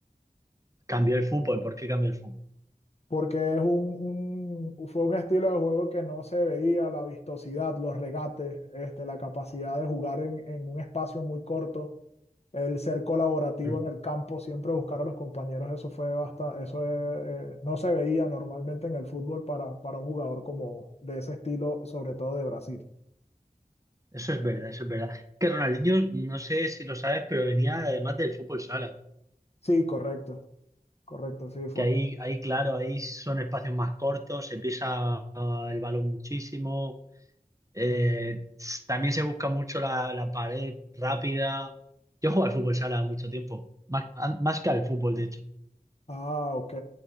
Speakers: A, on the right; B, on the left.
A: Cambió el fútbol, ¿por qué cambió el fútbol?
B: porque es un, un- fue un estilo de juego que no se veía, la vistosidad, los regates, este, la capacidad de jugar en, en un espacio muy corto el ser colaborativo
A: Mm,
B: en el campo, siempre buscar a los compañeros, eso fue bastante eso es, eh, no se veía normalmente en el fútbol para, para un jugador como de ese estilo, sobre todo de Brasil.
A: Eso es verdad, eso es verdad. Que Ronaldinho, no sé si lo sabes, pero venía además del fútbol sala,
B: Sí, correcto, correcto, sí, fue
A: que ahí,
B: un-
A: ahí claro, ahí son espacios más cortos, se pisa ah, el balón muchísimo, eh, s- también se busca mucho la, la pared rápida. Yo juego al fútbol sala mucho tiempo, más, an- más que al fútbol, de hecho,
B: Ah, ok,